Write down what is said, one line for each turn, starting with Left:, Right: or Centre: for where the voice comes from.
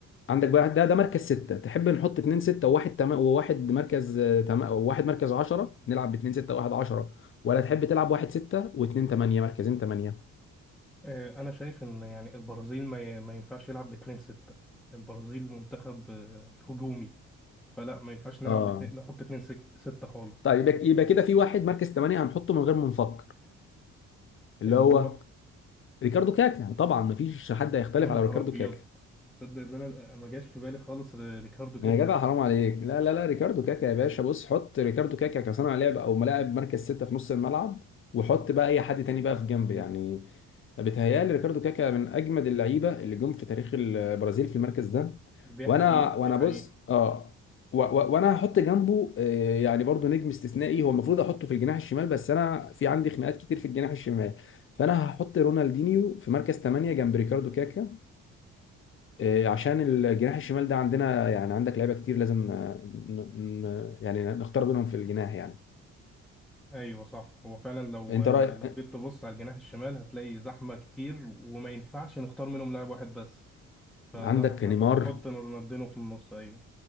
Left: عندك بقى ده ده مركز ستة تحب نحط اتنين ستة وواحد تم... وواحد مركز آه، تم... وواحد مركز عشرة نلعب باتنين ستة وواحد عشرة ولا تحب تلعب واحد ستة واتنين تمانية مركزين تمانية
Centre: آه، انا شايف ان يعني البرازيل ما ي- ما ينفعش يلعب باتنين ستة البرازيل منتخب آه، هجومي فلا ما ينفعش نلعب
Left: اه
Centre: باتنين نحط اتنين سك- ستة خالص
Left: طيب يبقى يبقى كده في واحد مركز ثمانية هنحطه من غير ما نفكر اللي
Centre: اللي
Left: هو
Centre: هو
Left: ريكاردو كاكا طبعا مفيش حد هيختلف
Centre: يا نهار
Left: على ريكاردو
Centre: ابيض
Left: كاكا
Centre: تصدق ان انا ما جاش في بالي خالص ر- ريكاردو كاكا
Left: يا جدع حرام عليك لا لا لا ريكاردو كاكا يا باشا بص حط ريكاردو كاكا كصانع لعب او ملاعب مركز ستة في نص الملعب وحط بقى اي حد تاني بقى في جنب يعني بيتهيألي ريكاردو كاكا من اجمد اللعيبه اللي جم في تاريخ البرازيل في المركز ده
Centre: دي
Left: وانا
Centre: حقيقة
Left: وانا
Centre: دي حقيقة
Left: بص اه و- و- وانا هحط جنبه آه، يعني برضو نجم استثنائي هو المفروض احطه في الجناح الشمال بس انا في عندي خناقات كتير في الجناح الشمال فانا هحط رونالدينيو في مركز 8 جنب ريكاردو كاكا آه، عشان الجناح الشمال ده عندنا يعني عندك لعيبه كتير لازم آه، ن- ن- يعني نختار بينهم في الجناح يعني
Centre: ايوه صح هو فعلا لو
Left: انت رايك
Centre: لو جيت تبص على الجناح الشمال هتلاقي زحمه كتير وما ينفعش نختار منهم لاعب واحد بس فلا
Left: عندك
Centre: احنا
Left: نيمار
Centre: نحط رونالدينو في النص ايوه